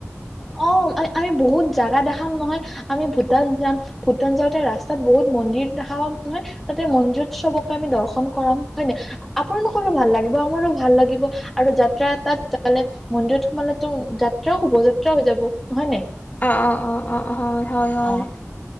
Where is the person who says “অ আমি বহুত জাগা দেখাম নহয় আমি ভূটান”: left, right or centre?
Centre